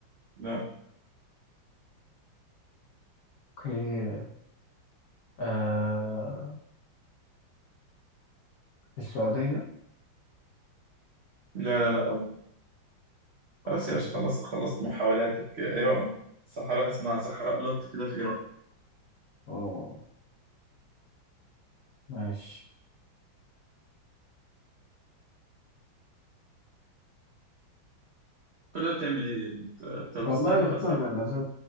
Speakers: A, on the right (about 75°); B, on the left (about 60°).
A: لا
B: اوكي آه في السعودية
A: لا لا لا أبو.
B: اه
A: خلاص يا باشا خلصت خلصت محاولاتك آه، إيران صحراء اسمها صحراء لوط كده في إيران
B: آه، ماشي
A: كل ده بتعمل إيه؟ يا ابني؟ أنت أنت بتستنى
B: والله مش
A: بقى صح
B: فاكر لازم